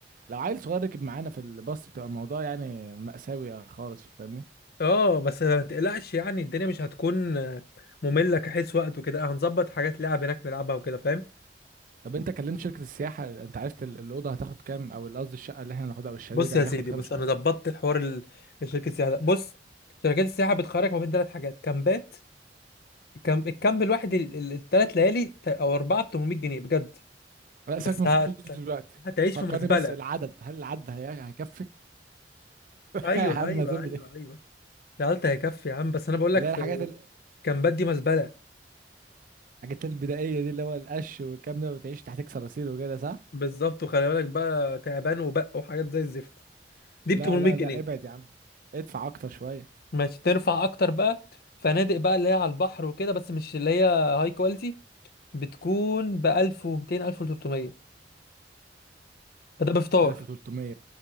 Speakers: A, on the right (about 50°); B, on the left (about 55°).
A: لو عيل صغير ركب معانا في الباص بتبقى الموضوع يعني مأساوي خالص فاهمني
B: آه بس ما تقلقش يعني الدنيا مش هتكون آه، مملة كحيث وقت وكده هنظبط حاجات لعب هناك نلعبها وكده فاهم؟
A: طب انت كلمت شركة السياحة انت عرفت ال- الأوضة هتاخد كام او ال- قصدي الشقة اللي احنا هناخدها او الشاليه
B: بص
A: ده
B: يا
A: هياخد
B: سيدي
A: كام
B: بص
A: شخص؟
B: انا ظبطت الحوار ال- الشركه السياحه ده بص شركات السياحه بتخرج ما بين ثلاث حاجات كامبات الكام الكامب الواحد الثلاث ليالي ت- او اربعه ب 800 جنيه بجد
A: لا
B: بس
A: سيبك من الفلوس
B: هت...
A: دلوقتي
B: هتعيش
A: فكرني
B: في مزبله
A: بس العدد هل العدد هي... هيكفي؟
B: ايوه
A: <laughs> اما
B: ايوه
A: تبلي
B: ايوه ايوه العلت هيكفي يا عم بس انا بقول لك
A: اللي هي
B: في
A: الحاجات ال...
B: الكامبات دي مزبله
A: الحاجات البدائية دي اللي هو القش والكلام ده وتعيش تحتك صراصير وكده صح؟
B: بالظبط وخلي بالك بقى تعبان وبق وحاجات زي الزفت دي
A: لا
B: ب 800
A: لا
B: جنيه
A: لا ابعد يا عم ادفع اكتر شوية
B: ماشي ترفع اكتر بقى فنادق بقى اللي هي على البحر وكده بس مش اللي هي هاي كواليتي بتكون ب 1200 1300 فده بفطار
A: 1300